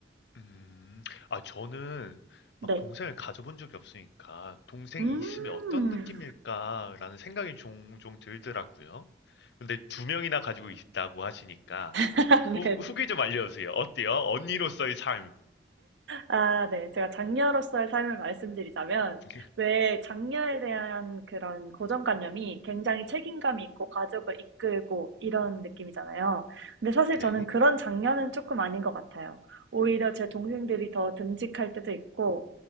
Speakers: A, on the left (about 65°); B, on the right (about 80°).
A: 음. 아 저는
B: 네.
A: 막 동생을 가져 본 적이 없으니까 '동생이
B: 음,
A: 있으면 어떤 느낌일까.'라는 생각이 종종 들더라고요. 근데 두 명이나 가지고 있다고 하시니까
B: <laughs> 네
A: 후 후기 좀 알려주세요. 어때요? 언니로서의 삶.
B: 아 네. 제가 장녀로서의 삶을 말씀드리자면
A: <laughs>
B: 왜 장녀에 대한 그런 고정관념이 굉장히 책임감이 있고 가족을 이끌고 이런 느낌이잖아요. 근데 사실
A: 네.
B: 저는 그런 장녀는 조금 아닌 것 같아요. 오히려 제 동생들이 더 듬직할 때도 있고